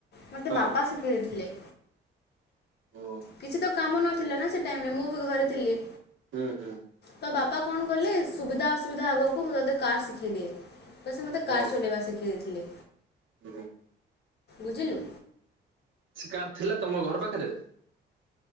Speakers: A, on the left; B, on the right.
A: ମୋତେ
B: ହଁ
A: ବାପା ଶିଖେଇ ଦେଇଥିଲେ।
B: ଓ
A: କିଛି ତ କାମ ନ ଥିଲା ନା ସେ ଟାଇମରେ। ମୁଁ ବି ଘରେ ଥିଲି।
B: ହୁଁ ହୁଁ
A: ତ ବାପା କଣ କହିଲେ? ସୁବିଧା ଅସୁବିଧା ଆଗକୁ ମୁଁ ତୋତେ କାର୍ ଶିଖେଇ ଦିଏ। ତ ସେ ମତେ କାର୍
B: ଓ
A: ଚଲେଇବା ଶିଖେଇ ଦେଇଥିଲେ
B: ହୁଁ
A: ବୁଝିଲୁ।
B: ସେ କାର୍ ଥିଲା ତମ ଘର ପାଖରେ।